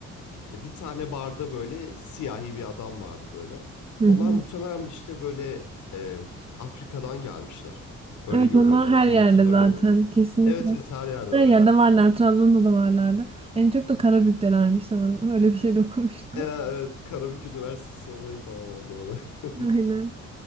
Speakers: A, on the left (about 75°); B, on the right (about 20°).
A: E, Bir tane barda böyle siyahi bir adam vardı böyle.
B: hı.
A: Onlar
B: hı.
A: muhtemelen işte böyle e, Afrika'dan gelmişler. Öyle
B: Evet
A: görülüyorlar.
B: onlar her
A: Tam
B: yerde
A: hatırlamıyorum
B: zaten
A: ama.
B: kesinlikle.
A: Evet evet her yerdeler.
B: Her yerde varlar. Trabzon'da da varlardı. En çok da Karabük'telermiş sanırım. Öyle bir şey de okumuştum.
A: E, evet Karabük Üniversitesi olayı falan var doğru. <laughs>
B: <laughs> Aynen.